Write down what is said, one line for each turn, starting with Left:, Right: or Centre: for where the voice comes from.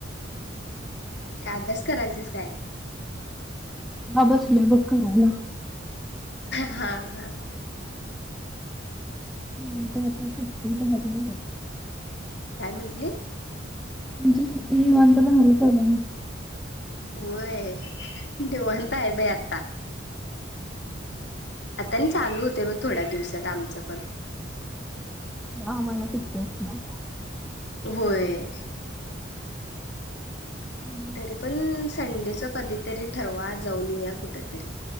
Left: काय अभ्यास करालतीस काय?
Centre: हा बसले बघ करायला.
Left: हा हा.
Centre: आता एकटी बाहेर नाही जाऊ शकत.
Left: काय म्हंटलीस?
Centre: <unintelligible>
Left: होय. निवांत आहे बाई आत्ता. आता आणि चालू होते बघ थोड्या दिवसात आमचं पण.
Centre: ह मला किकत ना.
Left: होय.
Centre: <inaudible>
Left: तरी पण संडेचं कधीतरी ठरवा जाऊन येऊया कुठ तरी.